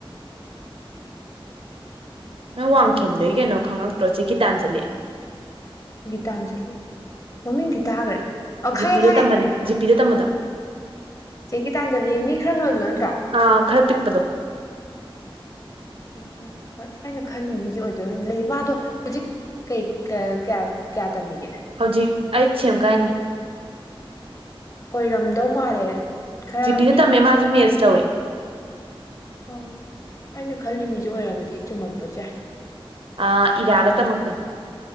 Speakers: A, on the right; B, on the left.
A: ꯅꯪ ꯋꯥꯡꯈꯦꯝꯗꯒꯤ ꯀꯩꯅꯣ ꯈꯪꯉꯛꯇ꯭ꯔꯣ ꯆꯦꯀꯤ ꯇꯥꯟ ꯆꯂꯤ
B: ꯒꯤꯇꯥꯟꯖꯂꯤ ꯃꯃꯤꯡꯗꯤ ꯇꯥꯈ꯭ꯔꯦ ꯑ
A: ꯖꯤꯄꯤꯗ
B: ꯈꯪꯉꯦ - ꯈꯪꯉꯦ
A: ꯇꯝꯕꯅꯦ ꯖꯤꯄꯤꯗ ꯇꯝꯕꯗꯣ
B: ꯆꯦ ꯒꯤꯇꯥꯟꯖꯥꯂꯤ ꯃꯤ ꯈꯔ ꯅꯣꯏꯕꯗꯣ ꯅꯠꯇ꯭ꯔꯣ
A: ꯑꯥ ꯈꯔ ꯄꯤꯛꯄꯗꯣ
B: ꯑ ꯍꯣꯏ ꯑꯩꯅ ꯈꯜꯂꯤ ꯃꯤꯁꯦ ꯑꯣꯏꯗꯣꯏꯔꯗꯤ ꯂꯩ ꯃꯥꯗꯣ ꯍꯧꯖꯤꯛ ꯀꯩ ꯀꯌꯥ ꯀꯌꯥ ꯇꯝꯃꯤꯒꯦ
A: ꯍꯧꯖꯤꯛ ꯑꯩ ꯁꯦꯝꯒꯥꯏꯅꯤ
B: ꯑꯣꯏꯔꯝꯗꯧ ꯃꯥꯜꯂꯦ ꯈꯔ
A: ꯖꯤ ꯄꯤ ꯗ
B: ꯃꯤ
A: ꯇꯝꯃꯦ ꯃꯥꯖꯨ ꯃꯤꯁ ꯂꯧꯋꯦ
B: ꯑ ꯑꯩꯅ ꯈꯜꯂꯤ ꯃꯤꯁꯦ ꯑꯣꯏꯔꯝꯃꯗꯤ ꯆꯨꯝꯃꯝꯕꯁꯨ ꯌꯥꯏ
A: ꯑ ꯏꯔꯥꯗ ꯇꯝꯃꯛ ꯄꯥꯅꯤ